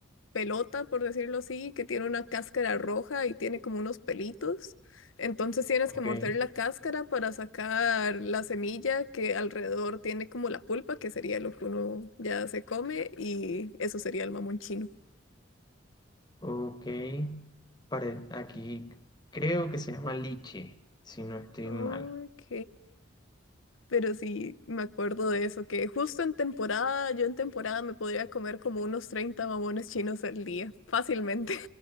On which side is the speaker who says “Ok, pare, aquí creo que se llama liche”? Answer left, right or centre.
Left